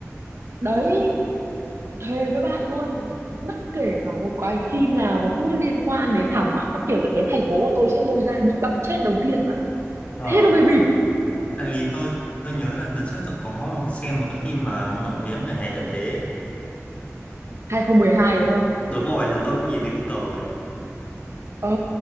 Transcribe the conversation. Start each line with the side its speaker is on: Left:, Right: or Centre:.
Right: đấy thề với bạn luôn bất kể cả một cái phim nào mà cứ liên quan đến thảm họa các kiểu là cái thành phố của tôi sẽ lôi ra bị bậm chết đầu tiên bạn ạ
Left: ờ
Right: thế nó mới bịp
Left: tại vì tôi tôi nhớ là đợt trước tôi có một xem một cái phim mà nổi tiếng về ngày tận thế ấy.
Right: 2012 đúng không
Left: đúng rồi là tôi cũng nhìn thấy cái cầu đấy
Right: ờ